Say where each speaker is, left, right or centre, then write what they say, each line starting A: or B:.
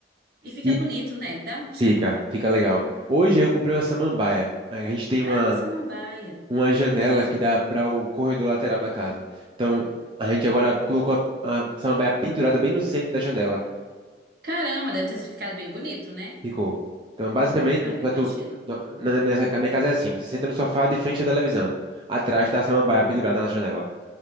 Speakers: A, on the right (about 60°); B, on the right (about 30°).
A: E fica
B: E
A: bonito, né? Dá um tchan.
B: fica, fica legal. Hoje eu comprei uma samambaia. A gente tem uma
A: Ah, uma samambaia.
B: uma janela que dá para o corredor lateral da casa. Então, a gente agora colocou a, a samambaia pendurada bem no centro da janela.
A: Caramba, deve ter ficado bem bonito, né?
B: Ficou. Então, basicamente,
A: Ah, eu
B: pra
A: imagino.
B: tu- na na minha, na minha casa é assim: você senta no sofá de frente à televisão. Atrás está a samambaia pendurada na janela.